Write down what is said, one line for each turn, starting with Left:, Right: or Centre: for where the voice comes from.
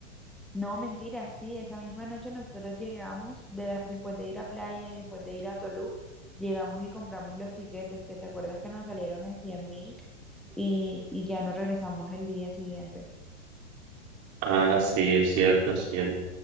Centre: No, mentira, sí, esa misma noche nosotros llegamos, de- después de ir a Playa y después de ir a Tolú, llegamos y compramos los tiquetes, que te acuerdas que nos salieron en cien mil y, y ya nos regresamos el día siguiente.
Right: Ah, sí, es cierto, es cierto.